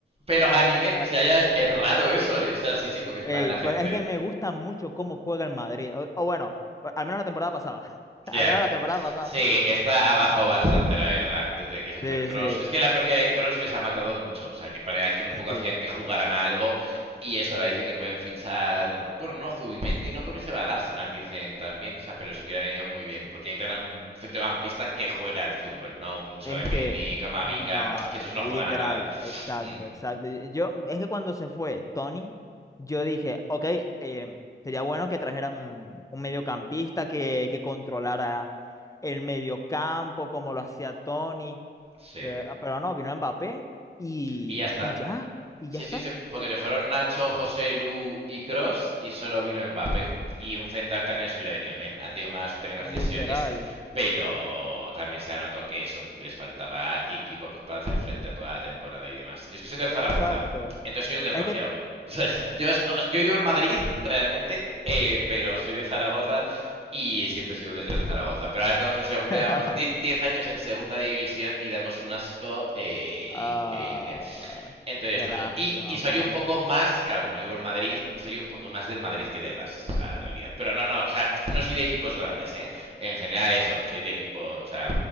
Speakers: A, on the right (about 30°); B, on the left (about 15°).
A: Pero
B: contra...
A: a nivel. O sea, ya es, es raro eso, ¿eh? O sea, sí, sí, porque es
B: eh,
A: para la gente.
B: pero es que me gusta mucho cómo juega el Madrid, o, o bueno, al menos la temporada pasada, <laughs> al
A: Ya. Yeah.
B: menos la temporada pasada,
A: Sí, está abajo bastante, la verdad, desde que se fue
B: sí,
A: Cross.
B: sí,
A: Es que la pérdida de Cross les ha matado mucho. O sea, que para aquí un poco
B: sí.
A: hacían que jugaran a algo. Y eso, ahora dicen que pueden fichar. Bueno, no, Zubimendi, no porque se va al Arsenal, dicen también. O sea, pero les hubiera venido muy bien. Porque necesitan a un centrocampista que juega al fútbol, ¿no? Un Choemeni,
B: Es que,
A: Camavinga,
B: no,
A: que esos no juegan
B: literal,
A: a nada.
B: exacto,
A: Mm,
B: exacto. Yo, es que cuando se fue Tony, yo dije, ok, eh, sería bueno que trajeran un, un mediocampista que, que controlara el mediocampo, como lo hacía Tony,
A: sí.
B: pero, pero no, vino Mbappé y,
A: Y ya está.
B: y ya, y
A: Sí,
B: ya está,
A: sí, sí, porque le fueron Nacho, José, Lu y Cross y solo vino Mbappé. Y un central también les hubiera venido. Bien, han tenido más suerte que las
B: literal,
A: lesiones, pero también se ha notado que eso, que les faltaba equipo pues, para hacer frente a toda la temporada y demás. Yo es que soy del Zaragoza,
B: exacto.
A: entonces soy un desgraciado.
B: Es que,
A: <laughs> O sea, yo, yo vivo en Madrid, realmente, eh, pero soy de Zaragoza y siempre he sido del Real Zaragoza. Pero ahora estamos en segunda,
B: <laughs>
A: llevamos 10 años en segunda división y damos un asco eh,
B: ah,
A: increíble. Entonces
B: qué
A: está
B: lástima,
A: giro. Y, y soy
B: man.
A: un poco más, claro, como vivo en Madrid, soy un poco más del Madrid que del Barça, esa es la realidad. Pero no, no, o sea, no soy de equipos grandes, ¿eh? En general eso, soy de equipo, o sea,